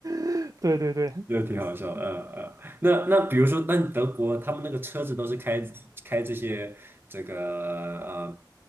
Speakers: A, on the right (about 45°); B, on the right (about 25°).
A: <laughs> 对对对
B: 个挺好笑。嗯嗯。那那比如说，那德国他们那个车子都是开开这些这个呃，